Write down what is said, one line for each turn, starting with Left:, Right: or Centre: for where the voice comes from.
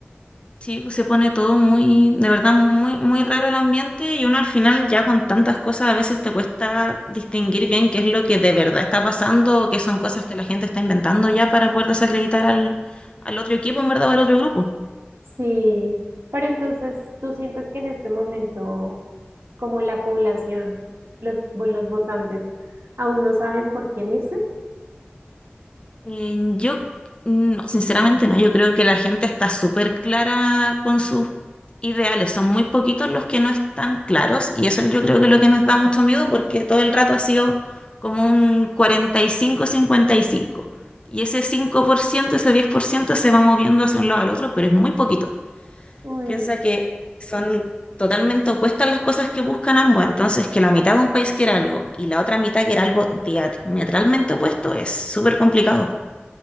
Left: Sí, pues se pone todo muy, de verdad, muy, muy raro el ambiente y uno al final ya con tantas cosas a veces te cuesta distinguir bien qué es lo que de verdad está pasando o qué son cosas que la gente está inventando ya para poder desacreditar al, al otro equipo, en verdad, o al otro grupo.
Right: Sí, pero entonces tú sientes que en este momento, como la población, los, vo- los votantes, aún no saben por quién irse.
Left: Eh, yo mm, no, sinceramente no, yo creo que la gente está súper clara con sus ideales, son muy poquitos los que no están claros y eso yo creo que es lo que nos da mucho miedo porque todo el rato ha sido como un cuarenta y cinco cincuenta y cinco y ese cinco por ciento ese 10% se va moviendo hacia un lado al otro, pero es muy poquito.
Right: Uy,
Left: Piensa que son totalmente opuestas las cosas que buscan ambos, entonces que la mitad de un país quiera algo y la otra mitad quiera algo diametralmente opuesto es súper complicado.